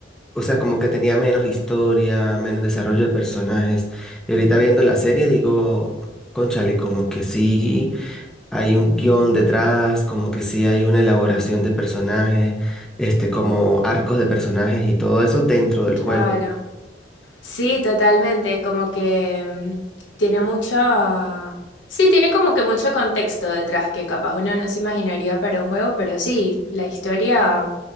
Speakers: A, in the centre; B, on the left (about 80°).
A: O sea, como que tenía menos historia, menos desarrollo de personajes. Y ahorita viendo la serie digo, cónchale, como que sí hay un guión detrás, como que sí hay una elaboración de personajes, este, como arcos de personajes y todo eso dentro del
B: claro.
A: juego.
B: Sí, totalmente, como que em, tiene mucha... Sí, tiene como que mucho contexto detrás que capaz uno no se imaginaría para un juego, pero sí, la historia...